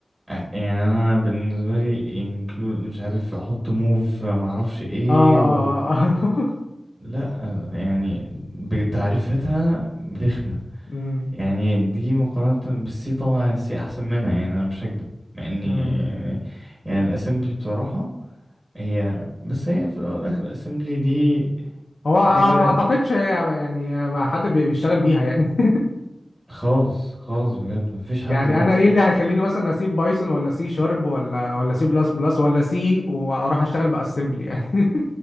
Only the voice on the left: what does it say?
اه اه
اه
<laughs>
مم.
هو
ما اعتقدش هي يعني ما حد بي- بيشتغل بيها يعني <laughs>
يعني
انا ايه
اللي هيخليني مثلا اسيب بايثون ولا سي شارب ولا ولا سي بلس بلس ولا سي واروح اشتغل باسمبلي يعني